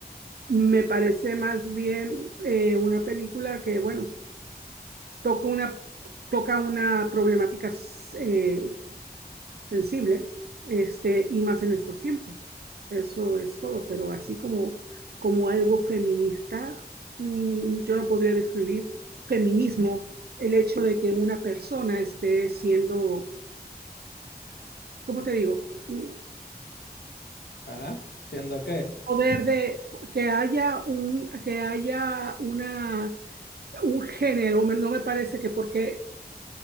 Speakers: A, on the right (about 70°); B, on the left (about 80°).
A: Me parece más bien eh, una película que, bueno, toca una, toca una problemática eh, sensible, este, y más en estos tiempos. Eso es todo, pero así como, como algo feminista, mm, yo no podría describir feminismo el hecho de que una persona esté siendo, ¿cómo te digo? Mm,
B: Ajá. Siendo que
A: Poder de que haya un, que haya una, un género, me- no me parece que porque